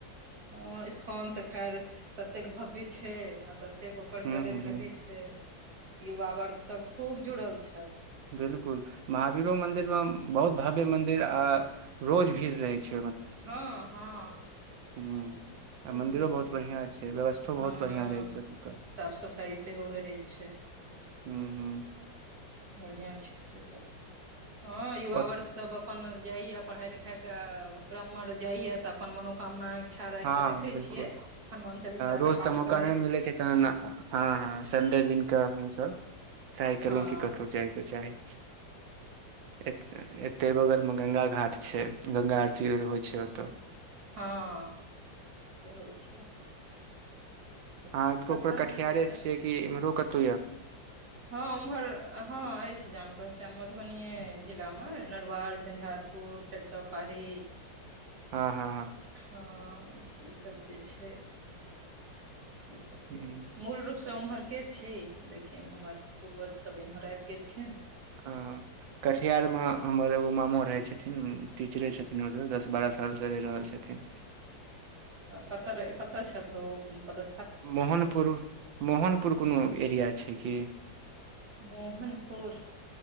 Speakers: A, on the right; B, on the right.
A: ह इस्कन तऽ खैर ततेक भव्य छैय आ तत तेक ओकर
B: हुँ
A: चलैत
B: हुँ हुँ
A: रहय छैय युवा वर्ग सब खूब जुड़ल छैथ।
B: बिलकुल महावीरो मंदिर मे बहुत भव्य मंदिर आ रोज भीड़ रहै छैय।
A: हँ हँ
B: हुँ
A: खूब
B: आ मन्दिरो
A: भीड़
B: बहुत
A: रहै
B: बढ़ियाँ
A: छैय
B: छै व्यवस्थो बहुत
A: हँ।
B: बढ़ियाँ रहै छै ओतुका
A: साफ सफाइ सेहो रहैत छैय।
B: हू हू
A: बढ़िआँ छैय से सभ। हँ युवा
B: ओत
A: वर्ग सब अपन जाइए पढ़ाई लिखाई के क्रम मे जाइए तऽ अपन मनोकामना इच्छा राखि
B: हँ
A: कऽ देखै
B: बिलकुल
A: छियै हनुमान चालीसाके
B: रोज
A: पाठ
B: तऽ मौका
A: करैत।
B: नहि मिलै छै तहन हँ हँ संडे दिन के हमसभ ट्राइ केलहुॅं
A: हँ
B: की कतहु जायके चाही। ए एते बगल मे गंगा घाट छैय गंगा आरती होइ छैय ओतऽ।
A: हँ सेहो छैय।
B: अहाँ तऽ
A: पटना
B: ऊपर कटिहारे
A: मे तऽ खैर
B: छियै कि इम्हरो कतहु यए।
A: हँ उम्हर हँ अछि जान पहचान मधुबनीए जिलामे नरुआर झंझारपुर सरिसो पाही
B: हँ हँ
A: हँ ई सब जे छैय ई सब
B: हँ
A: मूल रूप से उम्हर के छी लेकिन हमर पूर्वज सब एम्हर आब गेलखिन।
B: ह कटिहारमे हमर एगो मामो रहै छथिन टीचरे छथिन ओतब दस बारह सालसँ रहि रहल छथिन।
A: कत कतऽ छथि ओ पद
B: मोहनपुर मोहनपुर कोनो एरिया छैय की?
A: मोहनपुरर